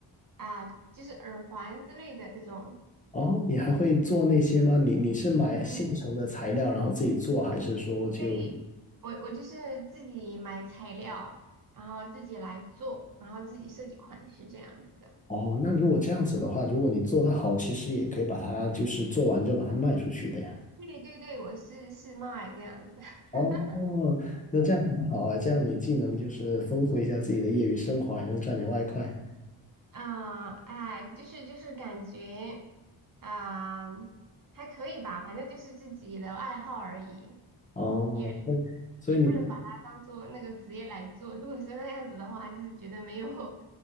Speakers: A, on the right; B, on the left.
A: 啊、就是耳环之类的这种。
B: 哦，你还会做那些吗？你你是买现成的材料，
A: 嗯。
B: 然后自己做，还是说就
A: 对，我我就是自己买材料，然后自己来做，然后自己设计款式这样子的。
B: 哦？那如果这样子的话，如果你做得好，其实也可以把它就是做完之后把它卖出去的呀。
A: 对对对，我是是卖这样子。
B: 哦，
A: <laughs>
B: 那这样很好啊，这样你既能就是丰富一下自己的业余生活，还能赚点外快。
A: 啊，哎，就是就是感觉啊，还可以吧，反正就是自己的爱好而已，
B: 哦，
A: 也
B: 那所以你。
A: 也不能把它当做那个职业来做。如果是那样子的话，就是觉得没有